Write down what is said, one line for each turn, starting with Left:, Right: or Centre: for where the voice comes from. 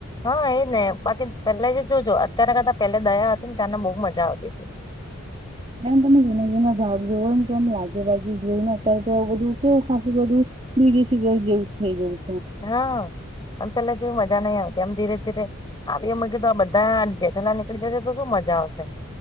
Left: હા, એજને બાકી પેલાજે જોજો અત્યારે કરતા પે દયા હતી ને ત્યારને બહુ મજા આવતી હતી.
Right: જેમ તમે જૂના જૂના ભાગ જોવો નેતો એમ લાગશે બાકી જોઈને અત્યારે તો બધું કેવું ખાવાથી બધું મીરી ફીગર જેવું થઈ ગઈ.
Left: હા, પણ પેલા જેવું મજા નહીં આવતી એમ ધીરે ધીરે આવી એમ કીધું આ બધા જેઠાલાલ નીકળી જશે તોશું મજા આવશે.